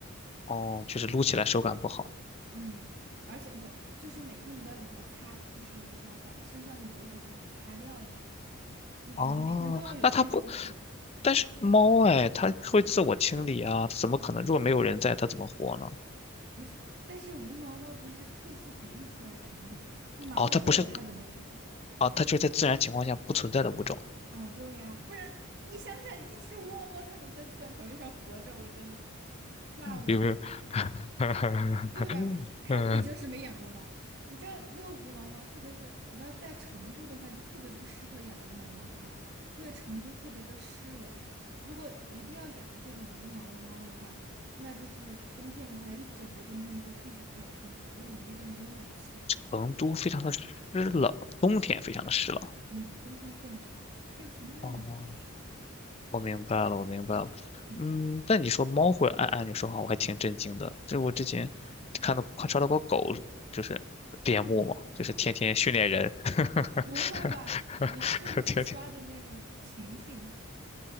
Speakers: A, on the left (about 30°); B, on the right (about 50°).
A: 哦，就是撸起来手感不好。
B: 嗯，而且不，就是每天你都要给它擦，就是给它把身上的油给它给擦掉嘛，就是你每天都要有这个工作。
A: 哦，那它不，但是猫哎，它会自我清理啊，它怎么可能？如果没有人在，它怎么活呢？
B: 不是，但是无毛猫不是特殊培育出来的品种吗？它毛都没有，
A: 哦，它不是
B: 它怎么舔？
A: 啊，它就是在自然情况下不存在的物种。
B: 嗯，对呀，不然你想想，一只无毛猫它能在自然条件下活着，我真的，那我得，
A: 有没有？<laughs>
B: 对吧？看你就是没养过猫，
A: 嗯，
B: 你知道那个无毛猫，特别是你知道在成都的话，就特别不适合养无毛猫这种猫，因为成都特别的湿冷。如果一定要养这种无毛的猫的话，那就是冬天的话，一整个冬天都必须开着空调，因为我们那边没有暖气。
A: 成都非常的湿冷，冬天非常的湿冷。
B: 嗯，冬天非常潮湿，就是成都就是很潮湿。
A: 哦，我明白了，我明白了。
B: 嗯，
A: 嗯，但你说猫会按按钮说话，我还挺震惊的。就我之前看到看刷到过狗，就是边牧嘛，
B: 对对对
A: 就是天天训练人，
B: 对对对，
A: <laughs>
B: 不会吧？你是不是刷的那个婷婷？
A: 天天